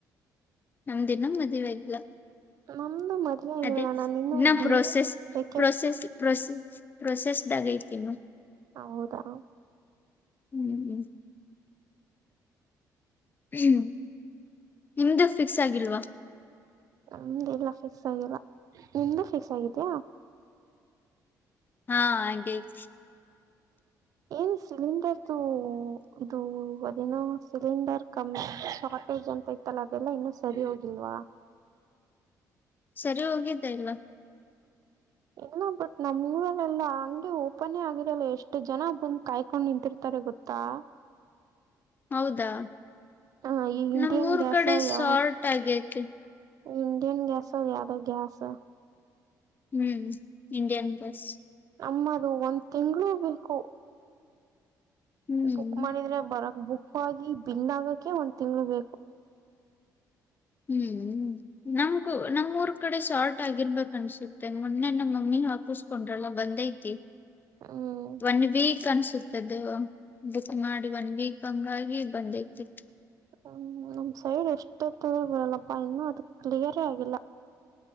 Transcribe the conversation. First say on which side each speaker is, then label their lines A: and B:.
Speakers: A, on the left; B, on the right.
A: ನಮ್ದಿನ ಮದುವೆ ಆಗಿಲ್ಲ
B: ನಮ್ದು ಮದ್ವೆ ಆಗಿಲ್ಲ
A: ಅದೇ
B: ನಾನ ಇನ್ನು
A: ಇನ್ನ
B: B
A: process
B: A second
A: process ಪ್ರೊಸೆ process ಐತಿನ್ನು
B: ಹೌದಾ
A: ಹು ಹ್ಮ್ ನಿಮ್ದು ಫಿಕ್ಸ್ ಆಗಿಲ್ವಾ
B: ನಮ್ದ ಇಲ್ಲ ಫಿಕ್ಸ್ ಆಗಿಲ್ಲ ನಿಮ್ದು ಫಿಕ್ಸ್ ಆಗಿದಯಾ
A: ಹಾ ಹಾಗೆತಿ
B: ಏನು ಸಿಲಿಂಡರ್ದ ಇದು ಅದನ ಸಿಲಿಂಡರ್ ಕಮ ಶಾರ್ಟೇಜ್ ಅಂತ ಇತ್ತಲ್ಲ ಅದೆಲ್ಲಾ ಇನ್ನು ಸರಿ ಹೋಗಿಲ್ವಾ ಹಾ
A: ಸರಿ ಹೋಗಿದ್ದ ಇಲ್ಲ
B: ಹ ಬಟ್ ನಮ್ ಊರಲ್ಲೆಲ್ಲಾ ಹಂಗಗೆ ಓಪನ್ಯ ಆಗಿರಲ್ಲ ಎಷ್ಟು ಜನ ಬಂದ್ ಕಾಯ್ಕೊಂಡ್ ನಿಂತಿರ್ತಾರೆ ಗೊತ್ತಾ <unintelligible> <inaudible>
A: ಹೌದಾ
B: ಹ ಈ ಇಂಡಿಯನ್
A: ನಮ್ಮ್ ಊರ್
B: ಗ್ಯಾಸ್
A: ಕಡೆ
B: ಯಾವ
A: ಸಾರ್ಟ್ ಆಗೇತಿ
B: ಇಂಡಿಯನ್ ಗ್ಯಾಸ್ ಅದು ಯಾವ್ದ
A: ಹು ಇಂಡಿಯನ್ ಗ್ಯಾಸ್
B: ನಮ್ಮದು ಒಂದ್ ತಿಂಗಗಳುೂ ಬೇಕು
A: ಹ್ಮ್
B: ಬುಕ್ ಮಾಡಿದ್ರೆ ಬರಕ್ ಬುಕ್ ಆಗಿ ಬಿಲ್ ಆಗಕ ಒಂದ್ ತಿಂಗ್ಳ ಬೇಕು
A: ಹ್ಮ್ ನಮ್ಗೂ ನಮ್ ಊರ್ ಕಡೆ ಶಾರ್ಟ್ ಆಗಿರ್ಬೇಕ ಅನ್ಸುತ್ತೆ ಮೊನ್ನೆ ನಮ್ಮಮ್ಮಿ ಹಾಪಿಸಕೊಂಡ್ರಲ್ಲ ಬಂದೈತಿ
B: ಹ್ಮ್
A: ಒನ್ ವೀಕ್ ಅನ್ಸುತ್ತೆ ದು ಬುಕ್ ಮಾಡಿ ಒನ್ ವೀಕ್ ಹಂಗಾಗಿ ಬಂದಿತಿತ್ತು
B: ಹ್ಮ್ ನಮ ಸೈಡ್ ಎಷ್ಟುತ್ತ ಬರಲ್ಲಪ್ಪ ಇನ್ನು ಅದ ಕ್ಲಿಯರೇ ಆಗಿಲ್ಲ